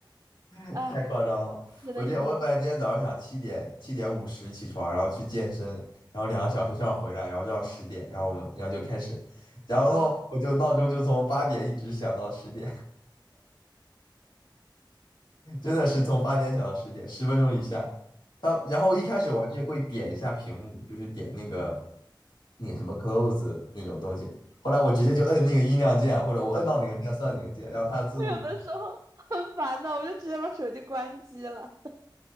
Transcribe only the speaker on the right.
啊，
真的意义
嗯。
我有的时候很烦的，我就直接把手机关机了。